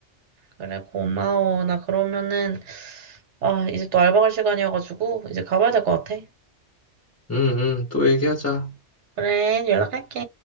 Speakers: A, on the right (about 70°); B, on the left (about 20°).
A: 그래, 고마워. 나 그러면은, 아, 이제 또 알바 갈 시간이어가지고, 이제 가봐야 될 것 같아.
B: 응, 응, 또 얘기하자.
A: 그래, 연락할게.